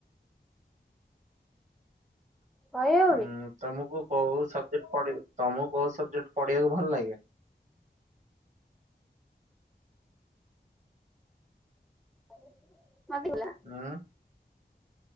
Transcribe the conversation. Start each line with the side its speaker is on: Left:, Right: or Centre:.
Centre: କହି ହେଉନି।
Right: ଉଁ ତମକୁ କୋଉ ସବଜେକ୍ଟ ତମକୁ କୋଉ ସବଜେକ୍ଟ ପଢ଼ିବାକୁ ଭଲ ଲାଗେ।
Centre: <unintelligible>
Right: ହଁ।